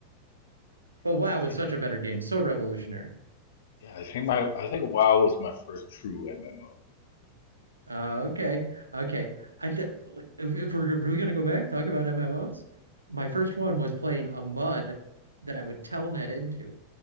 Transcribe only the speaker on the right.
But WoW
was such a better game, so revolutionary.
Uh, okay. Okay. I th like if, if we're really gonna go back, talk about MMOs. My first one was playing a MUD that I would telnet into.